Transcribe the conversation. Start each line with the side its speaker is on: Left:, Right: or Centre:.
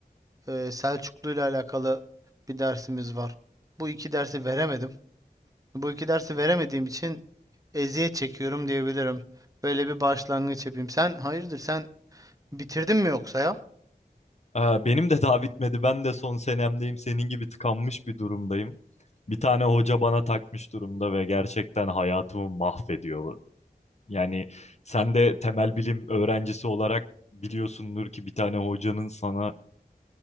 Right: eee, Selçuklu ile alakalı bir dersimiz var. Bu iki dersi veremedim. Bu iki dersi veremediğim için eziyet çekiyorum diyebilirim. Böyle bir başlangıç yapayım. Sen hayırdır sen bitirdin mi yoksa ya?
Left: E, benim de daha bitmedi. Ben de son senemdeyim. Senin gibi tıkanmış bir durumdayım. Bir tane hoca bana takmış durumda ve gerçekten hayatımı mahvediyor. Yani sen de temel bilim öğrencisi olarak biliyorsundur ki bir tane hocanın sana